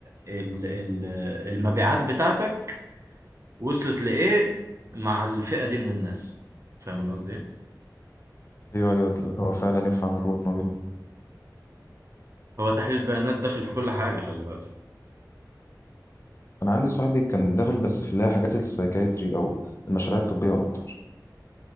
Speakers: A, on the right (about 45°); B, on the left (about 40°).
A: ال- ال- المبيعات بتاعتك وصلت لإيه مع الفئة دي من الناس فاهم أنا قصدي؟ ايه؟
B: ايوه ايوه هو فعلا ينفع نربط ما بينهم
A: هو تحليل البيانات داخل في كل حاجة خلي بالك
B: انا عندي صاحبي كان داخل بس في اللي هي حاجات السايكايتري او المشاريع الطبية اكتر